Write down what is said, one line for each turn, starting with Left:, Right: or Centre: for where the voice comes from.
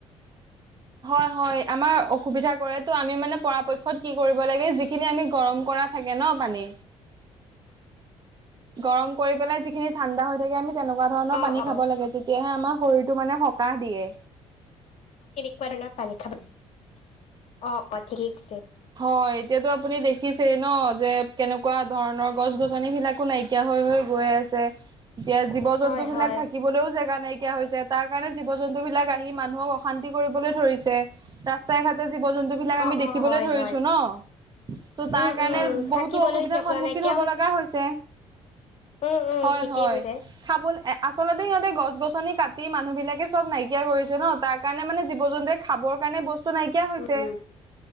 Right: হয় হয় আমাৰ অসুবিধা কৰে ত' আমি মানে পৰাপক্ষত কি কৰিব লাগে যি খিনি আমি গৰম কৰা থাকে ন' পানী। গৰম কৰি পেলাই যিখিনি ঠাণ্ডা হৈ থাকে আমি তেনেকুৱা ধৰণৰ
Left: অ
Right: পানী
Left: অ
Right: খাব
Left: অ
Right: লাগে তেতিয়াহে আমাৰ শৰীৰটো মানে সকাহ দিয়ে।
Left: কোৱা ধৰণৰ পানী খাব <inaudible> অ', অ', ঠিকে কৈছে।
Right: অ' এতিয়াতো আপুনি দেখিছেই ন' যে কেনেকুৱা ধৰণৰ গছ গছনিবিলাকো নাইকি নাইকিয়া হৈ হৈ গৈ আছে, এতিয়া জীৱ
Left: হয়
Right: জন্তুবিলাক
Left: হয়
Right: থাকিবলৈও জেগা নাইকিয়া হৈছে তাৰ কাৰণে জীৱ জন্তুবিলাক আহি মানুহক অশান্তি কৰিবলৈ ধৰিছে, ৰাস্তাই ঘাটে জীৱ জন্তুবিলাক আমি
Left: অ
Right: দেখিবলৈ
Left: অ হয়
Right: ধৰি
Left: হয়
Right: ন', ত' তাৰ
Left: উম
Right: কাৰণে
Left: উম
Right: বহুতো
Left: থাকিবলৈ
Right: অসুবিধাৰ
Left: জেগা
Right: সন্মুখীন
Left: নাইকিয়া
Right: হ'ব লগা হৈছে।
Left: উম উম
Right: হয়
Left: ঠিকেই
Right: হয়,
Left: কৈছে
Right: খাবল আচলতে সিহঁতে গছ গছনি কাট মানুহবিলাকে চব নাইকিয়া কৰিছে ন' তাৰ কাৰণে মানে জী জীৱ জন্তুৱে খাবৰ কাৰণে বস্তু নাইকিয়া হৈছে।
Left: উম উম